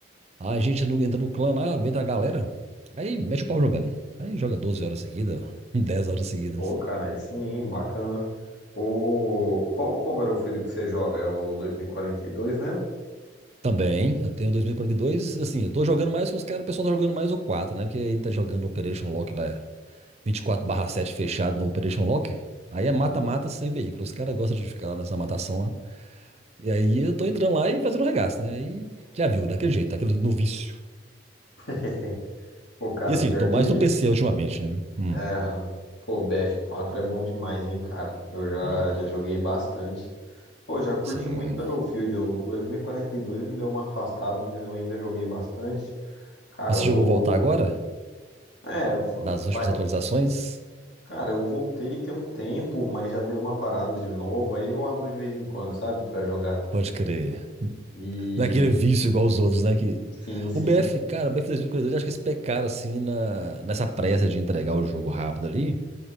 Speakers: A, on the right; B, on the left.
A: Aí a gente no- entra no clã lá, vem da galera, aí mete o pau jogando. Aí joga 12 horas seguidas, <laughs> 10 horas seguidas.
B: Pô, cara, aí sim, bacana. O... Qual, qual Battlefield que você joga? É o dois, mil e quarenta e dois mesmo?
A: Também, eu tenho 2042. Assim, eu tô jogando mais com os caras, o pessoal tá jogando mais o quatro né? Porque aí tá jogando Operation Lock lá, 24 sete fechado no Operation Lock. Aí é mata-mata sem veículo. Os caras gostam de ficar lá nessa matação lá. E aí eu tô entrando lá e fazendo regaço, né? Aí já viu, daquele jeito, daquele no vício.
B: <laughs> Pô, cara,
A: E assim,
B: pior
A: eu tô
B: que.
A: mais no PC ultimamente, né? Hum,
B: É, aham. Pô, bf quatro é bom demais, hein, cara. Eu
A: bom,
B: já, já joguei bastante. Pô, já curti
A: sim.
B: muito Battlefield. O 2042 me deu uma afastada, mas eu ainda joguei bastante. Cara,
A: Mas você
B: o.
A: chegou a voltar agora?
B: É, fa-
A: Das
B: fa-
A: últimas atualizações?
B: cara, eu voltei tem um tempo, mas já deu uma parada de novo. Aí eu abro de vez em quando, sabe, pra jogar.
A: Pode crer.
B: E.
A: Não é aquele vício igual os outros, né? Que...
B: Sim, sim.
A: O BF, cara, o BF e quarenta e dois acho que eles pecaram assim na... nessa pressa de entregar o jogo rápido ali.